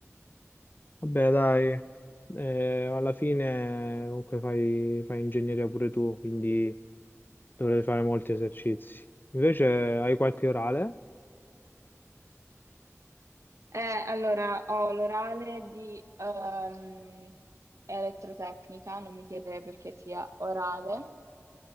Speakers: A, on the left; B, on the right.
A: Vabbè, dai, eh, alla fine comunque fai, fai ingegneria pure tu, quindi dovrai fare molti esercizi. Invece hai qualche orale?
B: Eh, allora ho l'orale di ehm, elettrotecnica, non mi chiedere perché sia orale.